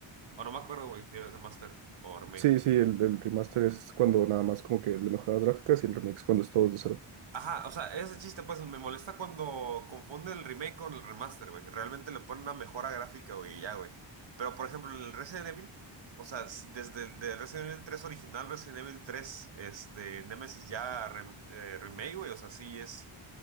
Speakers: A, on the right; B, on the right.
A: O no me acuerdo, güey, si era remaster o remake.
B: Sí, sí, el, el remaster es cuando nada más como que le mejoran las gráficas y el remix cuando es todo de cero.
A: Ajá, o sea, ese chiste, pues me molesta cuando confunden el remake con el remaster, güey. Realmente le ponen una mejora gráfica, güey, y ya, güey. Pero, por ejemplo, en el Resident Evil, o sea, s- desde el de Resident Evil tres original, Resident Evil tres este, Nemesis ya rem- eh, remake, güey, o sea, sí es.